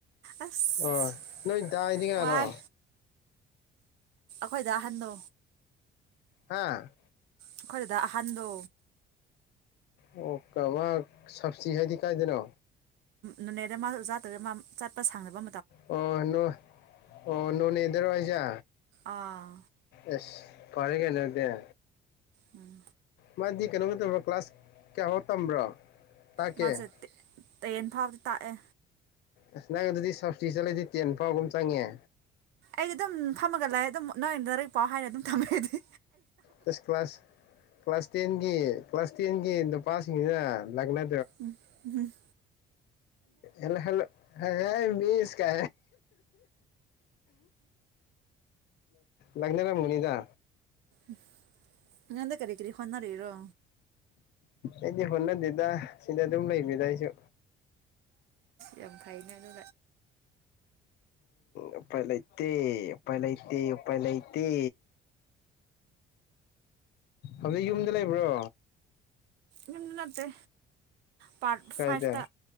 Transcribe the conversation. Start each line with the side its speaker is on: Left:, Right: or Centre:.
Right: ꯑꯁ
Left: ꯑ ꯅꯣꯏꯗꯥꯏꯗꯤ ꯉꯥꯗꯣ
Right: ꯋꯥꯏ ꯑꯩꯈꯣꯏꯗ ꯑꯍꯟꯗꯣ
Left: ꯍꯥꯥ
Right: ꯑꯩꯈꯣꯏꯗꯨꯗ ꯑꯍꯟꯗꯣ
Left: ꯑꯣ ꯀ ꯁꯞꯕꯁꯤ ꯍꯥꯏꯗꯤ ꯀꯥꯏꯗꯅꯣ
Right: ꯅꯅꯦꯗ ꯃꯥ ꯑꯣꯖꯥ ꯇ꯭ꯔꯒ ꯃꯥ ꯆꯠꯄ ꯁꯥꯡꯅꯕ
Left: ꯑꯣ ꯑꯣ ꯅꯣ ꯅꯗꯔ ꯍꯥꯏꯖ
Right: ꯑꯥ
Left: ꯑꯦꯁ ꯄꯔꯒꯦꯅꯗ
Right: ꯎꯝ
Left: ꯃꯥꯗꯤ ꯀꯩꯅꯣꯒꯗꯕ꯭ꯔꯣ ꯀ꯭ꯂꯥꯁ ꯀꯌꯥꯐꯥꯎ ꯇꯝꯕ꯭ꯔꯣ ꯇꯥꯛꯀꯦ
Right: ꯃꯥ ꯆꯠꯇ ꯇꯔꯦꯟ ꯐꯥꯎꯗꯤ ꯇꯥꯛꯑꯦ
Left: ꯑꯁ ꯅꯪ ꯑꯗꯨꯗꯤ ꯁꯞꯇꯤ ꯆꯠꯂꯗꯤ ꯇꯦꯟ ꯐꯥꯎꯒꯨꯝ ꯆꯪꯉꯦ
Right: ꯑꯩꯗꯤ ꯑꯗꯨꯝ ꯐꯝꯃꯒ ꯂꯥꯛꯑꯦ ꯑꯗꯨꯝ ꯅꯣꯏ ꯂꯔꯤꯛ ꯄꯥꯎ ꯍꯥꯏꯅ ꯑꯗꯨꯝ ꯊꯝꯃꯗꯤ
Left: ꯁ ꯀ꯭ꯂꯥꯁ ꯀ꯭ꯂꯥꯁ ꯇꯦꯟꯒꯤ ꯀ꯭ꯂꯥꯁ ꯇꯦꯟꯒꯤ ꯅꯨꯄꯥꯁꯤꯡꯁꯤꯅ ꯂꯥꯛꯅ
Right: ꯎꯝ ꯎꯝ
Left: ꯏꯂ ꯍꯜꯂꯣ ꯑꯦꯕꯤꯁ ꯀ ꯂꯛꯅꯔꯝ ꯃꯅꯤꯗ
Right: <unintelligible> ꯅꯗ ꯀꯔꯤ ꯀꯔꯤ ꯈꯟꯅꯔꯔꯣ
Left: ꯑꯩꯗꯤ ꯍꯣꯠꯅꯗꯗ ꯁꯤꯗ ꯑꯗꯨꯝ ꯂꯩꯕꯤꯗ ꯑꯩꯁꯨ
Right: ꯌꯥꯝ ꯐꯥꯏꯅ ꯑꯗꯨ
Left: ꯎꯝꯄꯥꯏ ꯂꯩꯇꯄꯥꯏ ꯂꯩꯇꯄꯥꯏ ꯂꯩꯇ ꯑ ꯌ ꯂꯩ ꯂꯩꯕ꯭ꯔꯣ
Right: ꯌꯨꯝꯗ ꯅꯠꯇꯦ ꯄꯥꯔꯠ
Left: ꯀꯥꯏꯗ
Right: ꯐꯥꯏꯚꯇ